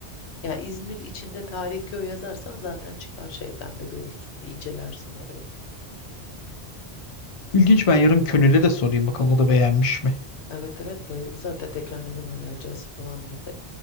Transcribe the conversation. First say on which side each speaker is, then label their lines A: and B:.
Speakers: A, on the left; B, on the left.
A: Ya İzmir içinde tarihi köy yazarsan zaten çıkar şeyden de görürsün. Bir incelersin orayı.
B: İlginç ben yarın Könül'e de sorayım bakalım o da beğenmiş mi?
A: Evet evet bayıldı zaten tekrar ne zaman geleceğiz falan dedi.